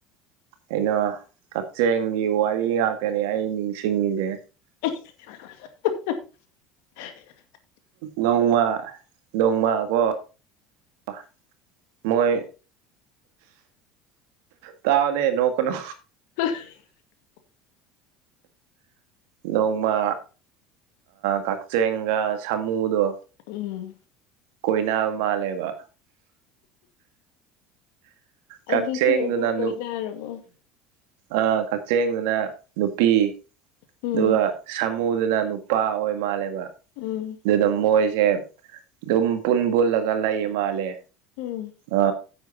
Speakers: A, on the right; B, on the left.
A: ꯑꯩꯅ ꯀꯛꯆꯦꯡꯒꯤ ꯋꯥꯔꯤ ꯉꯥꯛꯇꯅꯦ ꯑꯩ ꯅꯤꯡꯁꯤꯡꯉꯤꯁꯦ
B: <unintelligible>
A: ꯅꯣꯡꯃ ꯅꯣꯡꯃ ꯀꯣ <unintelligible> ꯃꯣꯏ ꯇꯥꯎꯅꯦ ꯅꯣꯛꯀꯅꯣ
B: <inaudible>
A: ꯅꯣꯡꯃ ꯀꯛꯆꯤꯡꯒ ꯁꯥꯃꯨꯗꯣ
B: ꯎꯝ
A: ꯀꯣꯏꯅꯕ ꯃꯥꯜꯂꯦꯕ ꯀꯆꯦꯡ
B: ꯑꯗꯨꯁꯨ ꯎꯄꯨ
A: ꯗꯨꯅ
B: ꯀꯣꯏꯅꯔꯕꯣ
A: ꯅꯨ ꯑ ꯀꯛꯆꯤꯡꯗꯨꯅ ꯅꯨꯄꯤ
B: ꯎꯝ
A: ꯑꯗꯨꯒ ꯁꯥꯃꯨꯗꯨꯅ ꯅꯨꯄꯥ ꯑꯣꯏ ꯃꯥꯜꯂꯦꯕ
B: ꯎꯝ
A: ꯑꯗꯨꯗ ꯃꯣꯏꯁꯦ ꯑꯗꯨꯝ ꯄꯨꯟ ꯄꯨꯜꯂꯒ ꯂꯩꯌꯦ ꯃꯥꯜꯂꯦ
B: ꯎꯝ
A: ꯑ